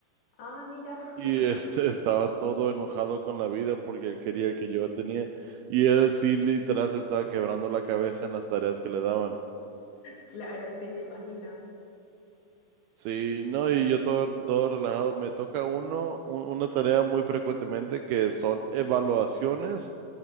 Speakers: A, on the left (about 55°); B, on the right (about 80°).
A: ah, mira.
B: y
A: <laughs>
B: este estaba todo enojado con la vida porque él quería el que yo tenía y él sí literal se estaba quebrando la cabeza en las tareas que le daban.
A: Claro, sí, me imagino.
B: Sí, no, y yo todo, todo relajado. Me toca uno, un- una tarea muy frecuentemente que son evaluaciones